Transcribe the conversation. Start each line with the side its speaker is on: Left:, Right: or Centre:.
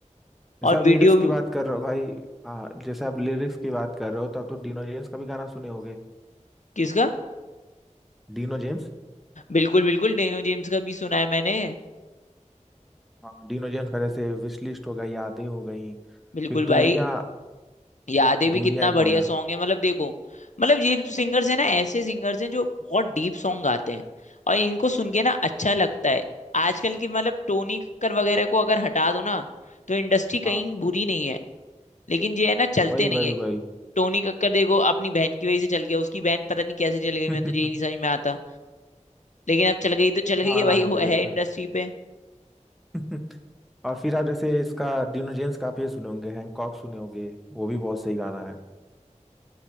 Left: और
Centre: जैसे आप
Left: वीडियो
Centre: लिरिक्स की बात कर रहे हो भाई हाँ जैसे आप लिरिक्स की बात कर रहे हो तो आप तो डिनो जेम्स का भी गाना सुने होगे
Left: किसका
Centre: डिनो जेम्स
Left: बिल्कुल बिल्कुल डेनो जेम्स का भी सुना है मैंने
Centre: हाँ डिनो जेम्स का जैसे विश लिस्ट हो गया यादें हो गई
Left: बिल्कुल
Centre: फिर दूरियां
Left: भाई यादें भी
Centre: दूरियां
Left: कितना
Centre: एक
Left: बढ़िया
Centre: गाना
Left: सॉन्ग
Centre: है।
Left: है मतलब देखो मतलब ये सिंगर्स है ना ऐसे सिंगर्स हैं जो बहुत डीप सॉन्ग गाते हैं और इनको सुन के ना अच्छा लगता है आजकल की मतलब टोनी कक्कर वगैरह को अगर हटा दो ना तो इंडस्ट्री कहीं
Centre: हाँ
Left: बुरी
Centre: हाँ,
Left: नहीं है लेकिन ये है ना चलते
Centre: वही
Left: नहीं
Centre: वही
Left: है
Centre: वही
Left: टोनी कक्कर देखो अपनी बहन की वजह से चल गया उसकी बहन पता नहीं कैसे चल गई
Centre: <laughs>
Left: मैं तो यही नहीं
Centre: हाँ
Left: समझ में आता लेकिन अब चल गई तो चल गई
Centre: हाँ,
Left: है भाई वो
Centre: ये
Left: है
Centre: तो
Left: इंडस्ट्री
Centre: है
Left: पे
Centre: <laughs> और फिर आप जैसे इसका डिनो जेम्स का आप ये सुने होंगे हैंकॉक सुने होंगे वो भी बहुत सही गाना है